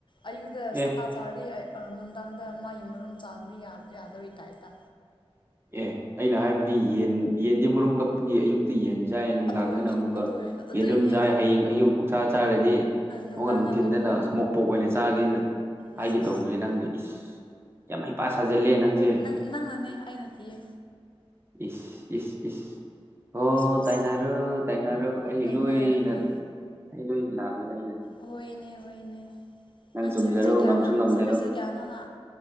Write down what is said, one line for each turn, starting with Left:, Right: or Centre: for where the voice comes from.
Left: ꯑꯩꯒꯤꯗ
Right: ꯑꯦ
Left: ꯁꯥ ꯆꯥꯗꯤ ꯅꯨꯡꯗꯥꯡꯗ ꯃꯥꯒꯤ ꯃꯔꯨꯝ ꯆꯥꯗꯤ ꯌꯥꯗꯕꯩ ꯇꯥꯏꯞꯇꯥ
Right: ꯑꯦ ꯑꯩꯅ ꯍꯥꯏꯕꯗꯤ ꯌꯦꯟ ꯌꯦꯟꯗꯤ ꯃꯔꯨꯝ ꯀꯛ꯫ ꯌ‌ꯦ ꯑꯌꯨꯛꯇ ꯌꯦꯟ ꯆꯥꯏ ꯅꯨꯡꯗꯥꯡꯗꯅ
Left: ꯑꯗꯨ ꯑꯣꯏꯔꯁꯨ
Right: ꯑꯃꯨꯛꯀ
Left: ꯑꯗꯨ ꯑꯣꯏ ꯑꯗꯨꯏꯅꯦ
Right: ꯌꯦꯟꯔꯨꯝ ꯆꯥꯏ
Left: ꯑꯗꯨ
Right: ꯍꯌꯦꯡ ꯑꯌꯨꯛ ꯑꯣꯛꯁꯥ ꯆꯥꯔꯗꯤ꯫
Left: ꯅꯨꯡꯗꯥꯡꯗ
Right: ꯑꯣ ꯅꯨꯡꯊꯤꯟꯗꯅ
Left: ꯑꯣ
Right: ꯏꯁꯃꯣꯛ ꯄꯣꯛ ꯑꯣꯏꯅ ꯆꯥꯒꯦꯅ ꯍꯥꯏꯒꯦ
Left: ꯏꯁ ꯏꯁ
Right: ꯇꯧꯕꯅꯦ ꯅꯪꯅ ꯏꯁ ꯌꯥꯝ ꯍꯩꯄ ꯁꯥꯖꯤꯜꯂꯦ ꯅꯪꯁꯦ
Left: ꯅꯪ ꯅꯪꯅꯅꯦ ꯑꯩꯅ ꯅꯠꯇꯦꯌꯦ
Right: ꯏꯁ ꯏꯁ ꯏꯁ ꯑꯣ
Left: ꯏꯁ ꯏꯁ
Right: ꯇꯥꯏꯅꯔꯣ ꯇꯥꯏꯅꯔꯣ ꯑꯩ
Left: ꯇꯩꯅꯔꯗꯤ
Right: ꯂꯣꯏꯅ ꯑꯩ ꯂꯣꯏꯅ ꯂꯥꯟꯕꯅꯦ ꯑꯩꯅꯅꯦ
Left: ꯍꯣꯏ ꯍꯣꯏꯅꯦ ꯍꯣꯏꯅꯦ ꯅꯪ
Right: ꯆꯨꯝꯖꯔꯣ
Left: ꯁꯔꯃꯤꯁꯇꯔ ꯀꯌꯥꯅꯣ
Right: ꯉꯝꯁꯨ ꯉꯝꯖꯔꯣ
Left: ꯁꯔꯃꯤꯁꯇꯔ ꯀꯌꯥꯅꯣ ꯍꯥ